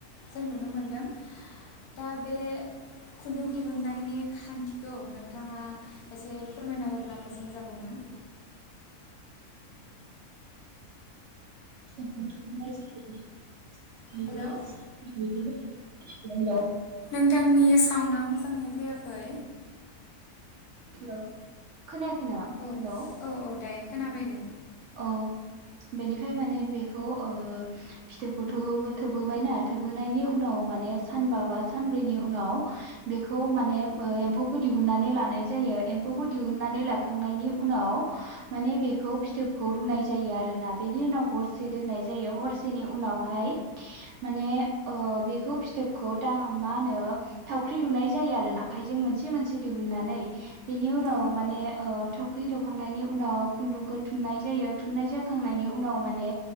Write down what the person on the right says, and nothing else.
फिथखौथ' थोननाय जायोना सानफा
बा सानब्रै बिदिबो
हेलौ खोनायाखै नामा
हेलौ
अ बेनिफ्राय माने बेखौ ओ फिथोबखौथ' थोबहोबायना थोबहोनायनि उनाव माने सानबा बा सानब्रैनि उनाव बेखौ माने एम्फौखौ दिहुननानै लानाय जायो एम्फौखौ दिहुननानै लाखांनायनि उनाव माने बेखौ फिथोबखौ रुनाय जायो आरोना बेनि उनाव हरसे दोननाय जायो हरसे हरसेनि उनावहाय माने ओ फिथोबखौ दा मा होनो थावख्रि लुनाय जायो आरो आखाइजों मोनसे मोनसे दिहुननानै बेनि उनाव
माने
ओ थाव थावख्रि लुखांनायनि उनाव खुन्दुंखौ थुननाय जायो थुननाय जाखांनायनि उनाव माने